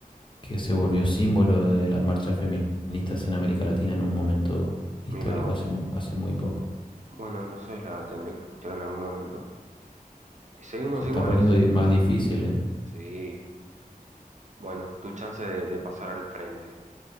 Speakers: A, on the left; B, on the right.
A: que se volvió símbolo de las marchas feministas en América Latina en un momento histórico
B: mira vos.
A: hace, mu- hace muy poco.
B: Bueno, entonces la tendré que escuchar en algún momento. ¿Y seguimos
A: Se está
B: iguales?
A: poniendo di- más difícil, ¿eh?
B: Sí. Bueno, tu chance de, de pasar al frente.